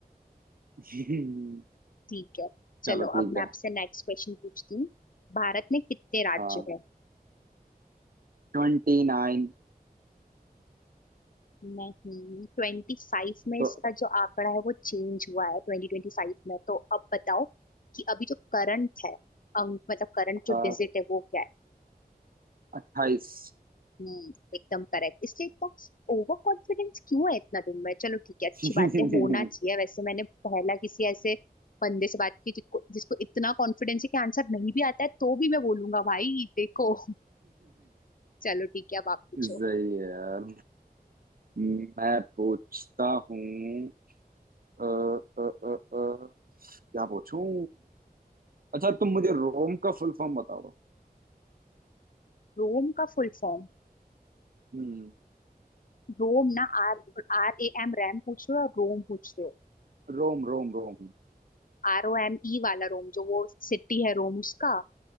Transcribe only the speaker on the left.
ठीक है चलो
अब मैं
आपसे नेक्स्ट क्वेश्चन पूछती हूँ भारत में कितने राज्य
है
नहीं ट्वेंटी फाइव में इसका
जो आंकड़ा है वो चेंज हुआ है ट्वेंटी ट्वेंटी फाइव में तो अब बताओ कि अभी जो करंट है अंक मतलब करंट जो
डिजिट है वो क्या है
हम्म एकदम करेक्ट इसलिए इतना ओवर कॉन्फिडेंस क्यों है इतना तुम में चलो ठीक है अच्छी
बातें होना चाहिए वैसे मैंने पहला किसी ऐसे बंदे से बात की जिसको जिसको इतना कॉन्फिडेंस है कि आंसर नहीं भी आता है तो भी मैं बोलूंगा भाई देखो चलो ठीक है अब आप पूछो
रोम का फुल फॉर्म
रोम ना आर आर ए एम रैम पूछ रहे हो और रोम पूछ रहे हो
आर ओ एम ई वाला रोम जो वो सिटी है रोम उसका